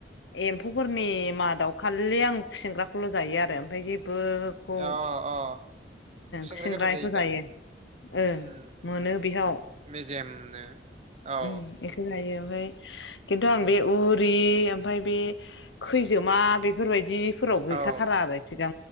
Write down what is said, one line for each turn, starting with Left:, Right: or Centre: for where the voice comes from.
Left: एम्फौफोरनि मादाव खालि आं खुसेंग्राखौल' जायो आरो ओमफ्राय जे बोखौ
Right: अ अ खुसेंग्राया
Left: खुसेंग्रा
Right: गोथाव
Left: बेखौ जायो
Right: दा
Left: ओ
Right: उम
Left: मोनो
Right: उम
Left: बेयाव
Right: मेजेमनो औ
Left: उम बेखौ जायो ओमफाय खिन्थु आं
Right: उम
Left: बे उरि ओमफ्राय बे खैजोमा बेफोरबायदिफोराव गैखाथारा
Right: औ
Left: आरो थिगा